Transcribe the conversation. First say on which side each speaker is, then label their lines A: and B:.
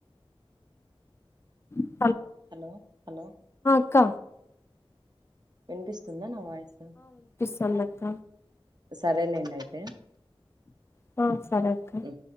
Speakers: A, on the left; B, on the right.
A: అ
B: హలో హలో
A: అక్క
B: వినిపిస్తుందా నా వాయసు
A: వినిపిస్తోంది అక్క
B: సరేలేంది అయితే
A: హా సరే అక్క
B: ఉ